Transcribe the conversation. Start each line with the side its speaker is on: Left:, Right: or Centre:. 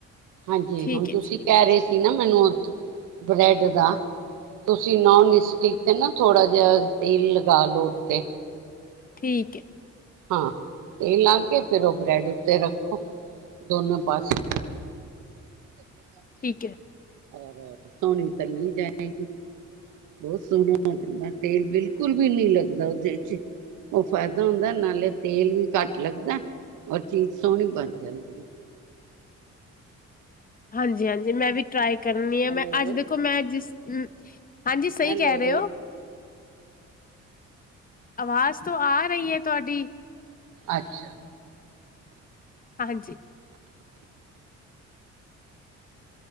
Right: ਹਾਂਜੀ,
Left: ਠੀਕ
Right: ਹੁਣ ਤੁਸੀਂ
Left: ਹੈ ਜੀ
Right: ਕਹਿ ਰਹੇ ਸੀ ਨਾ ਮੈਨੂੰ ਬ੍ਰੈਡ ਦਾ ਤੁਸੀਂ ਨੋਨ ਸਟਿਕ ਤੇ ਨਾ ਥੋੜਾ ਜਿਹਾ ਤੇਲ ਲਗਾ ਲੋ ਉੱਤੇ।
Left: ਠੀਕ ਹੈ
Right: ਹਾਂ, ਤੇ ਲਾ ਕੇ ਫੇਰ ਉਹ ਬ੍ਰੈਡ ਉੱਤੇ ਰੱਖੋ ਦੋਨੋ ਪਾਸੇ। ਲੱਗੇਗਾ ਉਹਦੇ
Left: ਠੀਕ ਐ।
Right: ਔਰ ਸੋਹਣੀ ਤਲੀ ਜਾਏਗੀ ਬਹੁਤ ਸੋਹਣਾ ਹੋ ਜਾਂਦਾ ਤੇਲ ਬਿਲਕੁਲ ਵੀ ਨਹੀਂ ਲੱਗਦਾ ਉਹਦੇ ਚ ਉਹ ਫਾਇਦਾ ਹੁੰਦਾ ਨਾਲੇ ਤੇਲ ਵੀ ਘੱਟ ਲੱਗਦਾ ਔਰ ਚੀਜ਼ ਸੋਹਣੀ ਬਣ ਜਾਂਦੀ ਹੈ।
Left: ਹਾਂਜੀ ਹਾਂਜੀ ਮੈਂ ਵੀ ਟਰਾਈ ਕਰਨੀ ਐ
Right: ਹੈਲੋ
Left: ਮੈਂ ਅੱਜ ਦੇਖੋ ਮੈਂ ਜਿਸ ਹੂੰ। ਹਾਂਜੀ ਸਹੀ
Right: ਹੈਲੋ
Left: ਕਹਿ ਰਹੇ ਹੋ। ਆਵਾਜ਼ ਤੋਂ ਆ ਰਹੀ ਐ ਤੁਹਾਡੀ।
Right: ਅੱਛਾ।
Left: ਹਾਂਜੀ,